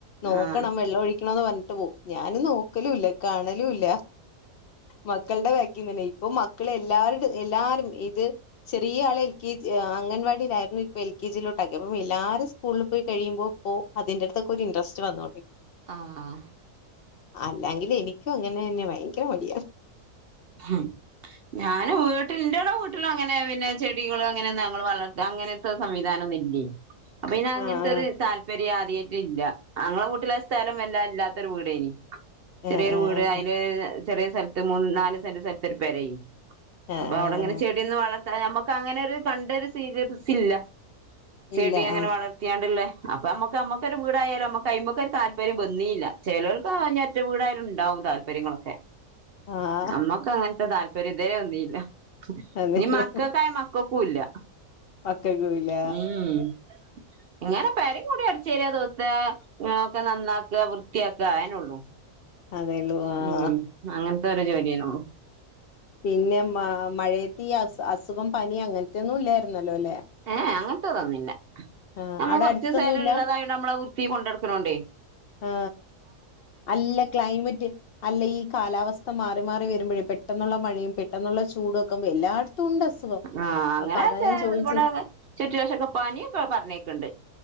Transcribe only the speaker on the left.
നോക്കണം
വെള്ളം ഒഴിക്കണന്ന്- പറഞ്ഞിട്ട് പോവും. ഞാനൻ നോക്കലുംല്ല കാണലുംല്ല. മക്കളുടെ ബക്കന്നെണെ. ഇപ്പൊ മക്കള് എല്ലാരും, എല്ലാരും ഇത് ചെറിയ ആള എൽ. കെ. ജീ, അംഗൻവാടിലായിരുന്നു, ഇപ്പ എൽ. കെ. ജി. ലോട്ടാക്യപ്പോ, അപ്പ എല്ലാരും സ്കൂളിൽ പോയി കഴിയുമ്പോ, ഇപ്പോ അതിന്റെറട്തൊക്കെ ഒരു- ഇഡ്രാസ്റ്റ് വന്നു.
അല്ലെങ്കില് എനിക്കും അങ്ങനെ- അന്നെ ഭയങ്കര മടിയ.
ആഹ്
ആഹ്
ആഹ് ആഹ്
ഇല്ല
ആഹ്
ആഹ്
അതെല്ലേ
മക്കൾക്കുല്ല
അതേള്ളൂ ആഹ്
പിന്നെ മ മഴയത്ത് ഈ, അ അസുഖം പനി അങ്ങനത്തെൊന്നും- ഇല്ലായിരുന്നല്ലോ അല്ലെ?
ആഹ്
അവിടെ
അടുത്തൊന്നുംല്ല
ആ അല്ല ക്ലൈമറ്റ്, അല്ല ഈ- കാലാവസ്ഥ മാറി മാറി വരുമ്പഴ്. പെട്ടെന്നുള്ള മഴയും, പെട്ടെന്നുള്ള- ചൂടും. എല്ലാട്ത്തുണ്ട് അസുഖം.
അപ്പൊ അതാ
ഞാൻ ചോദിച്ചത്